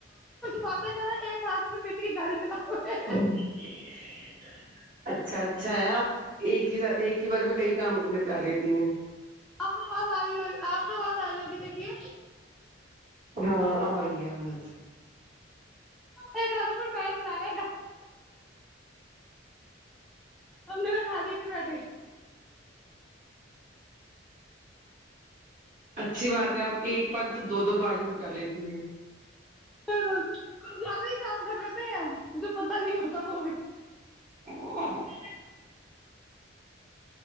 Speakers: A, in the centre; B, on the right (about 40°).
A: بات رہ ایک ہاتھ میں بیٹے کی گاڑی چلا رہے
B: <unintelligible>
A: ہیں
B: اچھا ہے آپ ایک ہی ایک ہی بار میں کئی کام نپٹا لیتی ہیں
A: آپ کو آواز آ رہی ہوگی آپ کو آواز آ رہی ہوگی دیکھیے
B: ہاں آبائی ہے آواز
A: ایک کد پ پیر چلا رہے ہم نےا کھای کے بیھے
B: اچھی بات ہے آپ ایک پنت دو دو کاج نپٹا لیتی ہیں
A: ب ک زیادہ ہی کام کر لیتے ہیں ہم جو پت نہیں ہوتا وہ بھی
B: ہ